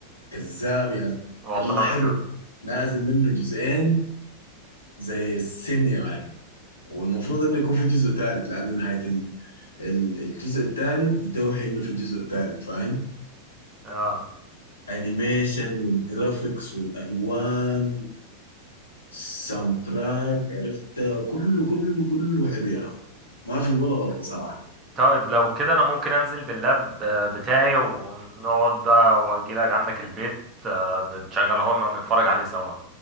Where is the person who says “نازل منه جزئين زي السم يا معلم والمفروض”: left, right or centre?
Left